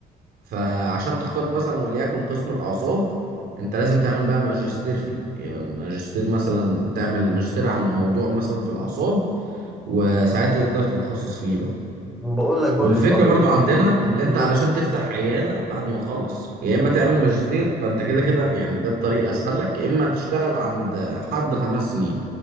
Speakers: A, on the right (about 65°); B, in the centre.
A: فعشان تختار مثلا وليكن قسم الأعصاب أنت لازم تعمل بقى ماجستير فيه يبقى ماجستير مثلا تعمل ماجستير عن موضوع مثلا في الأعصاب وساعتها تقدر تتخصص فيه بقى
B: وبقول لك برضو
A: والفكرة
B: انتوا عندكم
A: برضو عندنا اللي انت
B: ايه
A: علشان تفتح عيادة بعد ما تخلص يا اما تعمل ماجستير فانت كده كده يعني ده الطريق الاسهل لك يا اما تشتغل عند حد خمس سنين